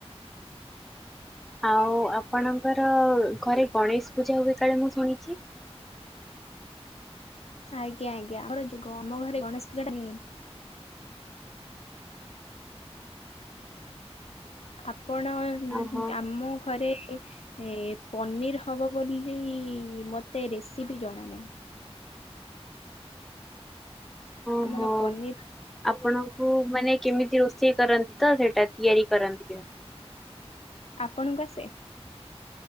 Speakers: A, in the centre; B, on the left.
A: ଆଉ ଆପଣଙ୍କର ଘରେ ଗଣେଶ ପୂଜା ହୁଏ କାଳେ ମୁଁ ଶୁଣିଛି।
B: ଆଜ୍ଞା ଆଜ୍ଞା ଆମର ଯୁଗ ଆମ ଘରେ ଗଣେଶ ପୂଜା ଟା ନି ଆପଣ ଜି
A: ଓହୋ
B: ଆମ ଘରେ ଏ ପନିର୍ ହେବ ବୋଲି ମୋତେ ରେସିପି ଜଣା ନାହିଁ।
A: ଓହୋ
B: ଆମର ପନିର
A: ଆପଣଙ୍କୁ ମାନେ କେମିତି ରୋଷେଇ କରନ୍ତି? ତ ସେଇଟା ତିଆରି କରନ୍ତି କେମିତି?
B: ଆପଣଙ୍କୁ ଆସେ?